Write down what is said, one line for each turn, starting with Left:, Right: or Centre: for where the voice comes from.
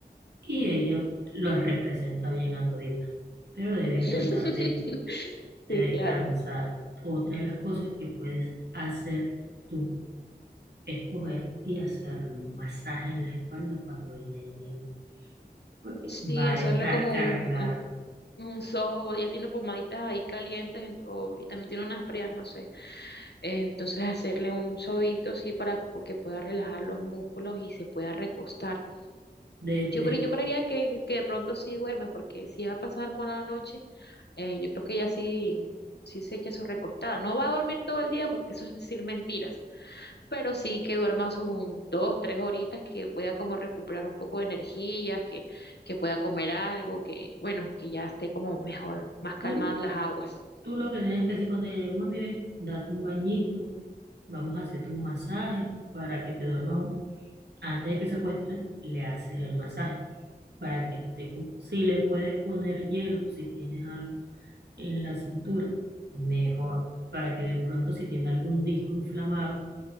Right: Y ella los representa bien a todita, pero debe tratar
Left: <laughs>
Right: de,
Left: Sí,
Right: de descansar.
Left: claro.
Right: Otra de las cosas que puedes hacer tú escoger y hacerle un masaje en la espalda cuando ella llegue, porque
Left: Sí,
Right: va
Left: hacerle
Right: a estar
Left: como
Right: cargada.
Left: un, un, un sobo, ella tiene pomaditas ahí calientes en- o- y también tiene unas frías, no sé. Entonces hacerle un sobito sí para que pueda relajar los músculos y se pueda recostar.
Right: Desde
Left: Yo creo,
Right: el,
Left: yo creería que, que de pronto sí duerme, porque si va a pasar mala noche, eh, yo creo que ella sí, sí se echa su recostada. No va a dormir todo el día porque eso es decir mentiras, pero sí que duerma sus un- dos, tres horitas, que pueda como recuperar un poco de energías, que, que pueda comer algo, que bueno, que ya esté como mejor, más calmadas
Right: tú,
Left: las aguas.
Right: tú lo que tienes que hacer cuando ella llegue, mami, ve, date un bañito, vamos a hacerte un masaje para que te duermas un- antes de que se acueste, le haces el masaje para que te, si le puedes poner hielo, si tienes algo en la cintura, mejor, para que de pronto si tiene algún disco inflamado,